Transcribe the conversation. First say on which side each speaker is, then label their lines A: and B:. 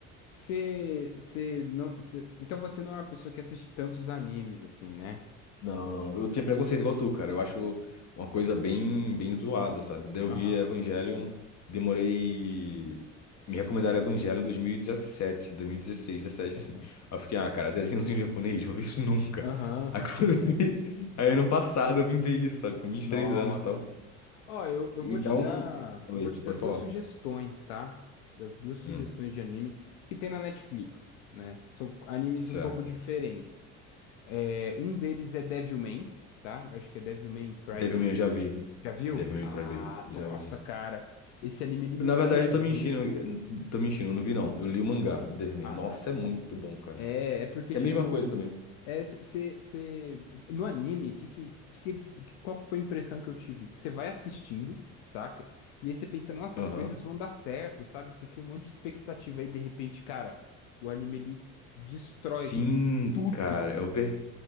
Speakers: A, on the left (about 75°); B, on the left (about 45°).
A: Você, você não, cê- então você não é uma pessoa que assiste tantos animes assim, né?
B: Não, não, não. Eu tinha preconceito igual tu, cara. Eu acho uma coisa bem, bem zoada, sabe? Daí eu
A: Aham,
B: vi Evangelion, demorei. Me recomendaram Evangelion em 2017, 2016 dezessete assim.
A: aham,
B: Aí eu fiquei, ah, cara, desenhozinho japonês, vou ver isso nunca.
A: aham,
B: <laughs> Aí quando
A: sei como
B: eu vi.
A: é.
B: Aí ano passado eu vim ver isso, sabe? Com vinte
A: Nossa.
B: e três anos e tal.
A: Ó, eu, eu
B: E
A: vou
B: dá
A: te dar,
B: um. Oi,
A: eu vou
B: pode
A: te dar duas
B: falar.
A: sugestões, tá? Te dar duas sugestões
B: Hum,
A: de anime que tem na Netflix, né? São animes
B: certo.
A: um pouco diferentes. É, um deles é Devilman, tá? Eu acho que é Devilman Crybaby.
B: Devilman eu já vi.
A: Já viu?
B: Devilman
A: Ah,
B: Crybaby, já
A: nossa,
B: vi.
A: cara, esse anime ele me
B: Na
A: quebrou.
B: verdade, eu tô mentindo. eu Tô mentindo, eu não vi não. Eu li o mangá, Devilman.
A: Ah,
B: Nossa,
A: tá.
B: é muito bom, cara.
A: É, é porque,
B: Que
A: tipo.
B: é a mesma coisa também.
A: É, você. No anime, que, que, que eles, qual que foi a impressão que eu tive? Que você vai assistindo, saca? E aí você pensa, nossa,
B: Aham.
A: as coisas vão dar certo, sabe? Você cria um monte de expectativa. Aí, de repente, cara, o anime ele destrói
B: Sim,
A: com tudo.
B: cara. Eu ver.